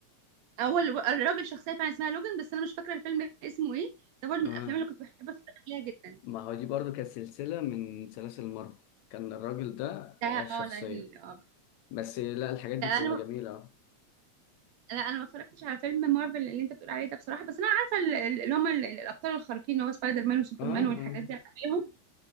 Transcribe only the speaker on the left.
اه
ما هو دي برضو كانت سلسله من سلاسل مارفل كان الراجل ده
آه، الشخصيه
بس لا الحاجات دي
بتبقى
جميله اه
اه